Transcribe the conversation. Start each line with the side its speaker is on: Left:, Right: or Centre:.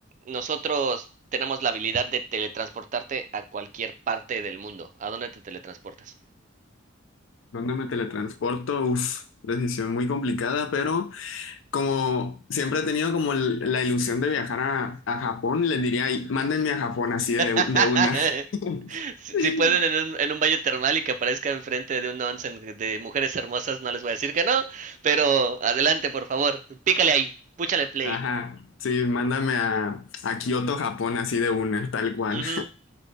Right: nosotros tenemos la habilidad de teletransportarte a cualquier parte del mundo. ¿A dónde te teletransportas?
Left: ¿dónde me teletransporto? Uf, decisión muy complicada, pero como siempre he tenido como el- la ilusión de viajar a, a Japón, les diría, "Ay, mándenme a Japón así de,
Right: <laughs>
Left: de una. <laughs>
Right: Si, si pueden en un, en un baño termal y que aparezca enfrente de un onsen de mujeres hermosas, no les voy a decir que no, pero adelante, por favor, pícale ahí, púchale play.
Left: Ajá, sí, mándame a, a Kioto, Japón así de una, tal cual.
Right: Ujú,